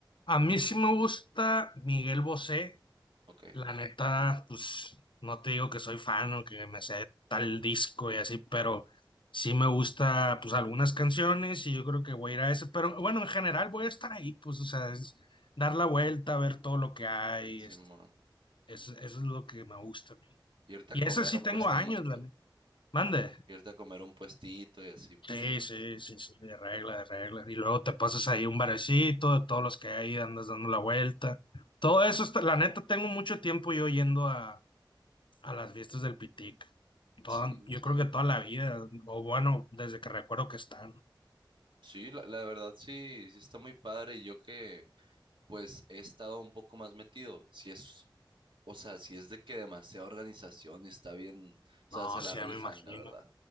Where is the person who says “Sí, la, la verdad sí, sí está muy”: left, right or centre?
Right